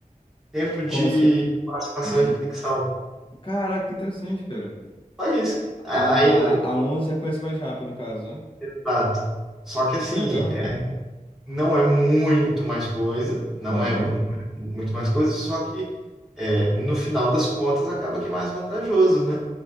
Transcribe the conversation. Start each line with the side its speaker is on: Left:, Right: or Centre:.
Centre: Tempo de
Left: Como assim?
Centre: participação
Left: De...
Centre: e detecção.
Left: Caraca, interessante, cara.
Centre: Só isso. A-
Left: A,
Centre: Aí,
Left: a 11 reconhece mais rápido, no caso, né?
Centre: exato. Só que assim,
Left: Que legal,
Centre: é-
Left: cara.
Centre: não é muito mais coisa, não
Left: Aham,
Centre: é mu- muito mais coisa, só que é, no final das contas acaba que é mais vantajoso, né?